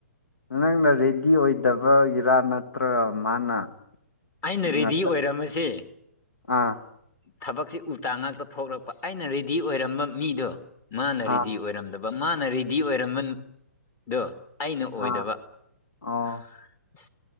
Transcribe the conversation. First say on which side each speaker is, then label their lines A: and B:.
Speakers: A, on the left; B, on the left.
A: ꯅꯪꯅ ꯔꯦꯗꯤ ꯑꯣꯏꯗꯕꯒꯤꯔꯥ ꯅꯠꯇ꯭ꯔ ꯃꯥꯅ
B: ꯑꯩꯅ
A: ꯉ
B: ꯔꯦꯗꯤ ꯑꯣꯏꯔꯝꯃꯁꯦ
A: ꯑꯥ
B: ꯊꯕꯛꯁꯤ ꯎꯇꯥ ꯉꯥꯛꯇ ꯊꯣꯛꯂꯛꯄ ꯑꯩꯅ ꯔꯦꯗꯤ ꯑꯣꯏꯔꯝꯕ ꯃꯤꯗꯣ ꯃꯥꯅ
A: ꯑꯥ
B: ꯔꯦꯗꯤ ꯑꯣꯏꯔꯝꯗꯕ ꯃꯥꯅ ꯔꯦꯗꯤ ꯑꯣꯏꯔꯝꯕꯗꯣ ꯑꯩꯅ ꯑꯣꯏꯗꯕ
A: ꯑꯥ
B: ꯑ
A: ꯑꯣ